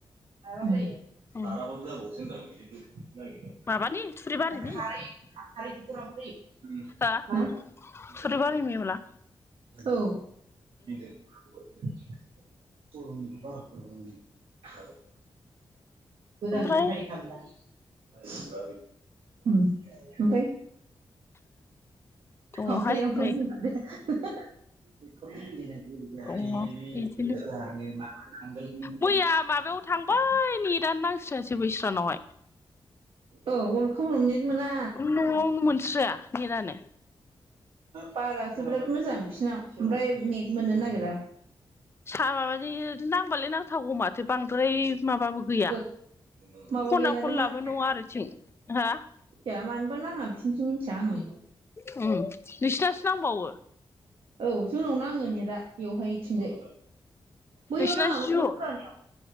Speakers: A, on the right (about 85°); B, on the left (about 30°).
A: <unintelligible>
B: उम माबानि
A: <unintelligible>
B: थुरिबारिनि हा थुरिबारि मेवला।
A: औ। <unintelligible> गोदान
B: ओमफ्राय
A: रिफारि खालामदां उम ओमफाय।
B: दङहाय
A: ओमफ्राय-ओमफ्राय
B: नै
A: <inaudible> <unintelligible>
B: दङ बिदिनो मैया माबायाव थांबाय नेदानो नांस्रासै बैस्रानावहाय।
A: औ अलखामोनाव नेट मोना।
B: न'आवनो मोनस्राया नेटानो।
A: बारासो बिराद मोजां बिसिनाव ओमफ्राय नेट मोननो नागिरा।
B: साहा माबानि नांबालाय नांथावगौ माथो बांद्राय माबाबो गैया
A: औ माबा
B: खना
A: गैया नालाय
B: खनलाबो
A: मानो
B: नङा आरो थिं हा
A: मिथिया मानोबा नाङा बिसनिथिं मिथिया आङो।
B: उम नोंसिनासो नांबावो?
A: औ जोंनाव नाङो नेदा। बेवहाय ओइथिंजाय बैयाव
B: नोंसिना
A: नाङामोन
B: जिअ
A: न' फुरानायाव।